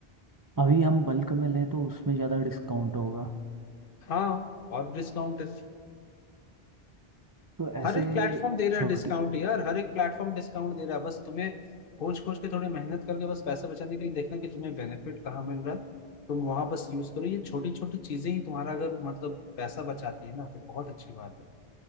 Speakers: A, on the right (about 35°); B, on the left (about 60°).
A: अभी हम बल्क में लें तो उसमें ज़्यादा डिस्काउंट होगा
B: हाँ और डिस्काउंट है
A: तो ऐसे
B: हर एक प्लेटफॉर्म दे रहा
A: छोटी
B: है डिस्काउंट यार हर एक प्लेटफॉर्म डिस्काउंट दे रहा है बस तुम्हें खोज खोज के थोड़ी मेहनत करके बस पैसे बचाने के लिए देखना कि तुम्हें बेनिफिट कहाँ मिल रहा है तुम वहां बस यूज करो ये छोटी छोटी चीजें ही तुम्हारा अगर मतलब पैसा बचाती है ना तो बहुत अच्छी बात है